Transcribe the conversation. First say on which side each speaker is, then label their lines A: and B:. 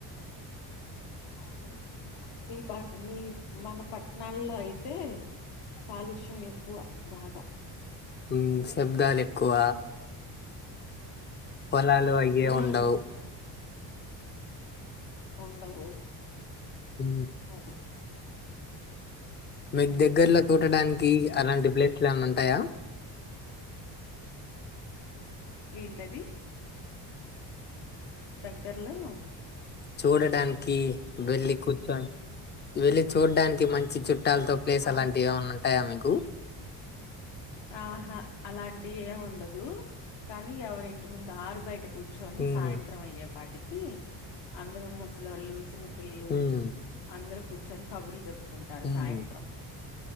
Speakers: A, on the left; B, on the left.
A: స మీ ప మీ మన పట్టణాల్లో అయితే కాలుష్యం ఎక్కువ బాగా
B: ఉ శబ్దాలెక్కువ పొలాలు అయ్యే
A: ఉమ్,
B: ఉండవు
A: ఉండవు
B: ఉ
A: అది
B: మీకు దగ్గర్లో తూటడానికి అలాంటి ప్లాస్లు ఏన్న ఉంటాయా
A: ఏంటది దగ్గర్లో
B: చూడడానికి వెళ్లి కూర్చో వెళ్లిి చూడడానికి మంచి చుట్టూ ట్టాలతో ప్లేస్
A: ఆహ్
B: అలాంటివి ఏనా ఉంటాయా మీకు
A: ఆహా అలాంటి ఏం ఉండదు కానీ ఎవరింటి ముందు ఆరు బయట కూర్చ కూర్చొని
B: ఉమ్,
A: సాయంత్రం అయ్యేపాటికి అందరుూ ముసలళ్ళు చిన్న పిల్లు
B: ఉమ్,
A: అందరు కూర్చొని కబుర్లు చెప్పుకుంటారు
B: ఉమ్,
A: సాయంత్రం